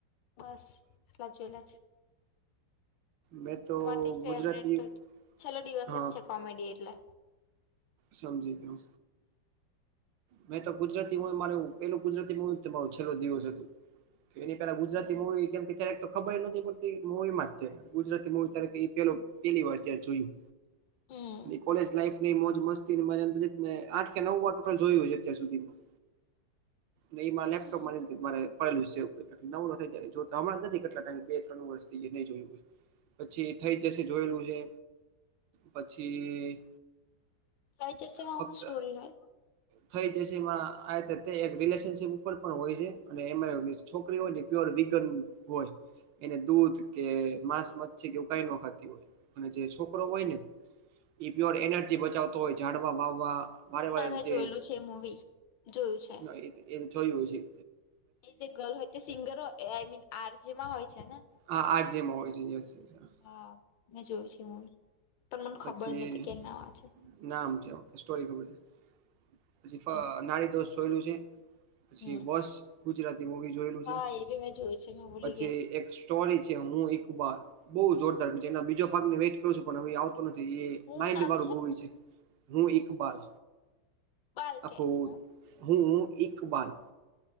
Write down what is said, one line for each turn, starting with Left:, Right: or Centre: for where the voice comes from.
Left: બસ આટલા જોયેલા છે.
Right: મેં તો
Left: એમાંથી ફેવરેટ
Right: ગુજરાતી
Left: તો
Right: એ
Left: છેલ્લો દિવસ
Right: હા
Left: જ છે કોમેડી એટલે
Right: સમજી ગ્યો. મેં તો ગુજરાતી મારે પેલું ગુજરાતી મુવી તો મારૂ છેલ્લો દિવસ હતુ. એની પેલા ગુજરાતી
Left: હમ
Right: મુવી કેમ કે ત્યારેક તો ખબરેય નોતી પડતી મુવીમા તી ગુજરાતી મુવી ત એ પ પેલીવાર ત્યારે જોયું
Left: હમ
Right: ને કોલેજ લાઈફ મોજ મસ્તીમા મને એમ છેકે આઠ કે નવ વાર કૂલ જોયું હશે અત્યાર સુધીમાં ને ઇમા
Left: હમ
Right: લેપટોપમા જોયુ મારે પડેલું સે નવરો થાય ક્યારેક જોતો હમણાં નથી કેટલા ટાઇમથી બે ત્રણ વર્ષ થઈ નહી જોયું હોય પછી થઈ જશે જોયેલું હે પછી
Left: થ‌ઇ જશેમા
Right: ફક્ત
Left: હુ સ્ટોરી હે
Right: થઈ જશે એમાં આ તે એક રિલેશનશીપ ઉપર પણ હોય છે અને એમાં છોકરી હોય ને પ્યોર વિગન હોય એને દૂધ કે માંસ મચ્છી કે એવું કાંઈ ન ખાતી હોય અને જે છોકરો હોયને ઈ પ્યોર એનર્જી બચાવતો હોય ઝાડવા વાવવા વારે
Left: ના
Right: વારે
Left: મેં
Right: જે
Left: જોયેલું છે મુવી જોયું છે.
Right: હા, એ એ જોયું હશે
Left: એ જે ગર્લ હોય તે સિંગર હોય આઈ મીન આર જે માં હોય છે ને
Right: હા આર જે માં હોય છે યસ યસ
Left: હા મેં જોયું છે એ મુવી પણ મને
Right: પછી
Left: ખબર નથી કે નામ આ છે
Right: નામ છે ઓકે સ્ટોરી ખબર છે પછી
Left: હમ
Right: નાડી દોષ જોયેલું છે પછી
Left: હમ
Right: વશ ગુજરાતી મુવી જોયેલું
Left: હા
Right: છે
Left: એ બી મેં જોયું છે મેં ભૂલી
Right: પછી
Left: ગઈ
Right: એક શ <unintelligible> છે હું એકબાલ બઉ જોરદાર! બીજું એના બીજો ભાગને વેઇટ કરું છું પણ હવે આવતો નથી એ
Left: હું
Right: માઈન્ડ
Left: નામ
Right: વાળું મૂવી છે હું એક બાલ
Left: બાલ
Right: આખું
Left: કે હું
Right: હું એક બાલ